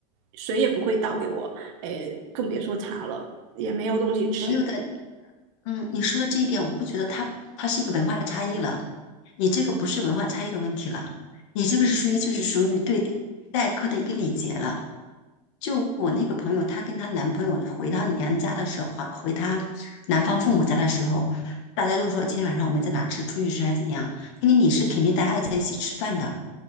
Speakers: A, on the right (about 45°); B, on the left (about 45°).
A: 水也不会倒给我，哎，更别说茶了，也没有东西吃。
B: 朋友的嗯，你说的这一点，我不觉得它它是一个文化差异了。你这个不是文化差异的问题了，你这个是属于就是属于对待客的一个礼节了。就我那个朋友，她跟她男朋友回她娘家的时候，还回她男方父母家的时候，大家都说今天晚上我们在哪吃，出去吃还是怎样？因为你是肯定大家要在一起吃饭的，